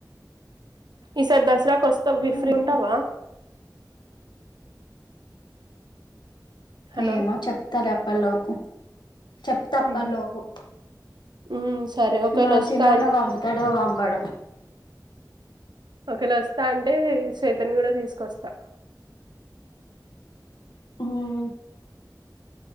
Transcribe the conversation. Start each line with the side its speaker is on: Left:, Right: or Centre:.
Right: ఈసారి దసరాకు వస్తా వి
Left: ఉహు
Right: ఫ్రీ ఉంటావా హలో
Left: ఏమో చెప్తలే అప్పటిలోపు చెప్తా అప్పల్లోపు
Right: ఉహు ఉమ్ సరే ఒకవేళ
Left: మా
Right: వస్తా
Left: చిన్న అన్న పంపుత్ తడో పంపడో
Right: ఒకేళ వొస్తా అంటే శ్వేతని గుడా తీసుకొస్తా
Left: ఉమ్